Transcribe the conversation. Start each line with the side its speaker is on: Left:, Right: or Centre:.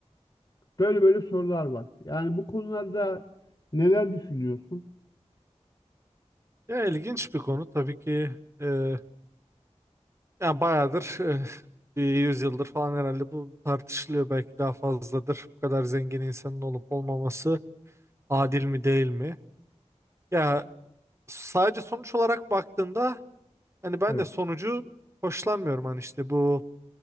Left: Böyle böyle sorular var. Yani bu konularda neler düşünüyorsun?
Right: Ya ilginç bir konu tabii ki. E, yani bayağıdır e, <laughs> bir yüzyıldır falan herhalde bu tartışılıyor. Belki daha fazladır. Bu kadar zengin insanın olup olmaması adil mi değil mi? Ya sadece sonuç olarak baktığında hani ben
Left: Evet.
Right: de sonucu hoşlanmıyorum hani işte bu